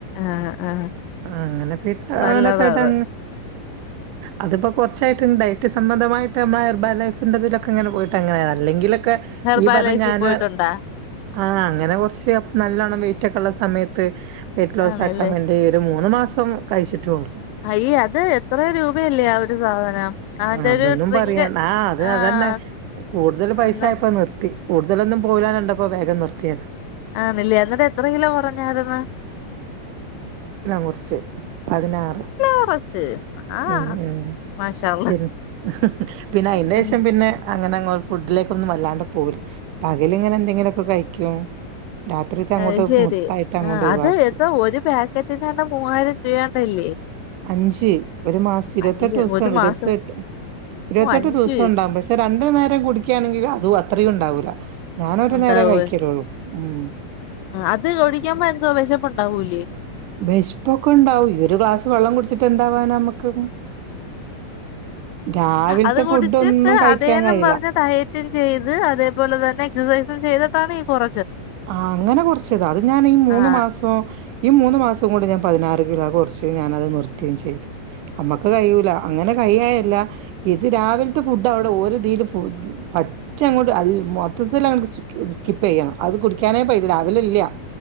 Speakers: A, on the left (about 80°); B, on the right (about 75°).
A: ആഹ് ആഹ്
B: അങ്ങനെ പോയിട്ട്നൊക്കെ
A: നല്ലതാ
B: ആയിട്ട്
A: അത്
B: അത്പ്പോ കൊറച്ചായിട്ട് ഡയറ്റ് സംബന്ധമായിട്ട് അമ്മളെ ഏർബ ലൈഫിന്റെ തിലൊക്കെ അങ്ങനെ പോയിട്ട് അങ്ങനെയായതാ അല്ലെങ്കിലൊ ക്കെ
A: ഹെർബാ
B: ഈ പറഞ്ഞ
A: ലൈഫിൽ
B: ഞാനോ
A: പോയിട്ടുണ്ടാ
B: ആഹ് അങ്ങനെ കൊർച്ച് നല്ലോണം വെയ്റ്റ് ഒള്ള സമയത്ത് വെയ്റ്റ് ലോസ്സ്
A: ആണല്ലേ
B: ആക്കാൻ വേണ്ടി മൂന്നു മാസം കഴിച്ചി ട്ടുള്ളു.
A: അയ്യേ അത് എത്ര രൂപയല്ലേ ആ ഒരു സാധനം അതിന്റെ
B: അതൊന്നും
A: ഒരു ഡ്രിങ്ക്
B: പറയാ ആ അത്
A: ആഹ്
B: അതന്നെ കൂടുതൽ പൈസ
A: അന്ന്
B: ആയപ്പോ നിർത്തി കൂടുതലൊന്നും പോവൂലാന്ന് കണ്ടപ്പം വേഗം നിർത്തി ഏത്
A: ആണില്ലേ എന്നിട്ട് എത്ര കിലോ കുറഞ്ഞാര് ന്ന്
B: കുറച്ച് പതിനാറ്
A: കുറച്ച് ആഹ്
B: ഉം ഉം
A: മാഷാ അള്ളാ
B: പിന്ന പിന്നെ അയിന്റെശം
A: ആഹ്
B: പിന്നെ അങ്ങനെ അങ്ങോ ഫുഡിലേക്കൊന്നും വല്ലാണ്ട് പോവി ല്ല പകലിങ്ങനെ എന്തെങ്കിലൊക്കെ കഴിക്കും രാത്രിത്തെ അങ്ങോട്ട്
A: അയ് ശരി
B: മൊത്തായിട്ട് അങ്ങോട്ട്
A: ആ
B: ഒഴിവാക്കി
A: അത് എത്ത ഒരു പാ ക്കറ്റ് നാണ്ടേ മൂവായിരം രൂപയാണ്ടല്ലേ
B: അഞ്ച് ഒരു മാസത്തി ഇരുവത്തെട്ട്
A: അഞ്ച്
B: ദിവസം
A: ഒരു
B: ഇരുവത്തെട്ട്
A: മാസം
B: ഇരുവത്തെട്ട്
A: ഓ അഞ്ച്
B: ദിവസം ഇണ്ടാവും പക്ഷെ രണ്ടു നേരം കുടിക്കുകയാണെങ്കി അത് അത്രയും ഉണ്ടാവൂല ഞാനൊരു
A: ഉണ്ടാവേ
B: നേരെ കഴിക്കലുള്ളൂ ഉം
A: അത് കുടിക്കുമ്പോ എന്തോ വിശപ്പുണ്ട് ണ്ടാവൂലെ
B: വെശ്പ്പൊക്കെ ഉണ്ടാവെ ഒരു ഗ്ലാസ് വെള്ളം കുടിച്ചിട്ട് എന്താവാന നമ്മക്ക് ഒന്നും രാവിലത്തെ
A: അത് കുടിച്ചിട്ട്
B: ഫുഡ് ഒന്നും കഴിക്കാൻ
A: അതേന്ന
B: കഴിയില്ല
A: പറഞ്ഞ ഡയറ്റും ചെയ്ത് അതേപോലെ തന്നെ എക്സസൈസ് ചെയ്തിട്ടാണ് ഈ കൊറ
B: ആ അങ്ങനെ കൊറച്ചത അത് ഞാൻ ഈ മൂന്ന്
A: ആഹ്
B: മാസോ ഈ മൂന്ന് മാസം കൊണ്ട് ഞാൻ പതിനാറ് കിലോ കൊർച്ച് ഞാന അത് നിർത്തേം ചെയ്തു അമ്മക്ക് കഴിയൂല അങ്ങനെ കയ്യായല്ല ഇത് രാവിലത്തെ ഫുഡ് അവിടെ ഒരുതിൽ പറ്റ അങ്ങോട്ട് അൽ മൊത്തത്തിൽ ആണ്ട് സ് സ്കിപ്പ് യ്യെണം അത് കുടിക്കാനേ പോയില്ല രാവിലെ ഇല്ല